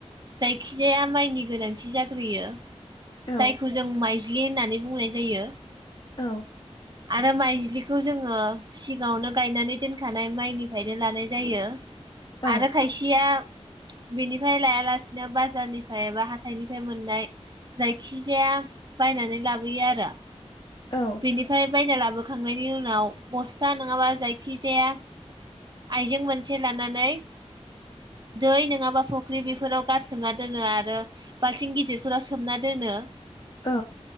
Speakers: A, on the right (about 40°); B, on the left (about 45°).
A: जायखिजाया माइनि गोनांथि जाग्रोयो।
B: औ
A: जायखौ जों माइ दुब्लि होननानै बुंनाय जायो।
B: औ
A: आरो माइज्लि बे खौ जोङो सिगावनो गायनानै दोनखानाय माइनिफ्रायनो लानाय जायो।
B: औ
A: आरो खायसेया बेनिफ्राय लायालासिनो बाजारनिफ्राय एबा हाथाइनिफ्राय मोननाय जायखिजाया बायनानै लाबोयो आरो।
B: औ
A: बेनिफ्राय बायना लाबो खांनायनि उनाव बस्था नङाबा जायखिजाया आइजें मोनसे लानानै दै नङाबा फुख्रि बेफोराव गारसोमना दोनो आरो बाल्थिं गिदिरफोराव सोमना दोनो।
B: औ